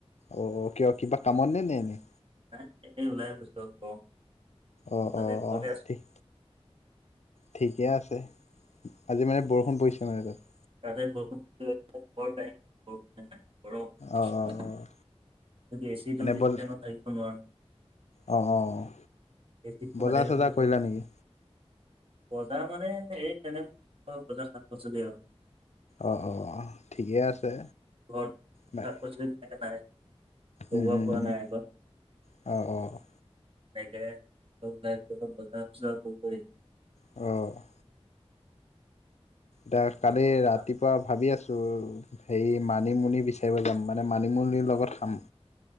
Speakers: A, on the left (about 85°); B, on the right (about 55°).
A: অ' কিয় কিবা কামতনে নে এনেই?
B: নাই এনেই ওলাই গৈছিলোঁ আৰু গৰম।
A: অ',
B: তাতে
A: অ',
B: ঘৰতে
A: অ',
B: আছো
A: ঠিক। ঠিকে আছে। আজি মানে বৰষুণ পৰিছে মানে তাত।
B: তাতে বৰষুণ <unintelligible> গৰম
A: অ' অ'
B: <unintelligible>
A: অ'
B: এচিটো
A: এনে
B: বেছি
A: বজ
B: টাইম থাকিব নোৱাৰ।
A: অ', অ'।
B: এচিত সোমাই
A: বজাৰ
B: থাকিলেতো
A: চজাৰ
B: পিছত
A: কৰিলা নেকি?
B: বজাৰ মানে এই তেনেক বজাৰ শাক পাচলি আৰু।
A: অ', অ', অ' ঠিকে আছে।
B: ঘৰত
A: বাই
B: শাক পাচলি তেনেকে নাই,
A: উম
B: লগোৱা
A: উম
B: হোৱা
A: উম
B: নাই এইবাৰ।
A: অ', অ'।
B: <unintelligible>
A: অ'। তাত কালি
B: কৰি
A: ৰাতিপুৱা ভাবি আছোঁ। হেৰি মানিমুনি বিচাৰিব যাম, মানে মানিমুনিৰ লগত খাম।